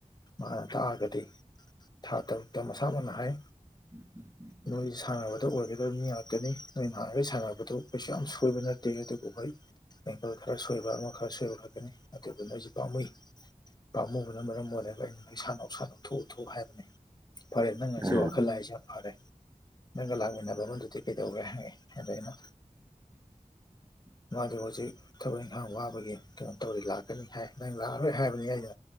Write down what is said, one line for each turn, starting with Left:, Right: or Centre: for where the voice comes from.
Left: ꯃꯥꯅ ꯇꯥꯛꯑꯒꯗꯤ ꯊꯥ ꯇꯔꯨꯛꯇ ꯃꯁꯥꯃꯛꯅ ꯍꯥꯏ
Right: ꯎꯝ
Left: ꯅꯣꯏꯁꯤ ꯁꯥꯟꯅꯕꯗ ꯑꯣꯏꯒꯗꯕ ꯃꯤ ꯉꯥꯛꯇꯅꯤ ꯅꯣꯏ ꯍꯥꯟꯅꯈꯩ ꯁꯥꯟꯅꯕꯗꯣ ꯀꯩꯁꯨ ꯌꯥꯝ ꯁꯣꯏꯕ ꯅꯠꯇꯦ ꯑꯗꯨꯕꯨ ꯍꯣꯏ ꯡꯒꯜ ꯈꯔ ꯁꯣꯏꯕ ꯑꯃ ꯈꯔ ꯁꯣꯏꯕ ꯈꯛꯀꯅꯤ ꯑꯗꯨꯗꯨ ꯅꯣꯏꯁꯤ ꯄꯥꯝꯃꯨꯏ ꯄꯥꯝꯃꯨꯕꯅ ꯃꯔꯝ ꯑꯣꯏꯔꯒ ꯑꯩꯅ ꯃꯩꯁꯥ ꯅꯧꯁꯥꯅ ꯂꯧꯊꯣꯛꯎꯊ ꯍꯥꯏꯕꯅꯤ ꯐꯔꯦ ꯅꯪ ꯉꯁꯤ
Right: ꯑ
Left: ꯋꯥꯈꯜ ꯂꯏꯁꯤ ꯌꯥꯝ ꯐꯔꯦ ꯅꯪꯒ ꯂꯥꯛꯃꯤꯟꯅꯕ ꯑꯃꯗꯨꯗꯤ ꯀꯩꯗꯧꯔꯦ ꯍꯥꯏꯦ ꯑꯗ ꯑꯩꯅꯣ
Right: <inaudible>
Left: ꯃꯥꯗ ꯍꯧꯖꯤꯛ ꯊꯕꯛ ꯏꯪꯈꯥꯡ ꯋꯥꯕꯒꯤ ꯀꯩꯅꯣ ꯇꯧꯔꯤ ꯂꯥꯛꯀꯅꯤ ꯍꯥꯏ ꯅꯪ ꯂꯥꯛꯑꯔꯣꯏ ꯍꯥꯏꯕꯅꯤ ꯑꯩꯅ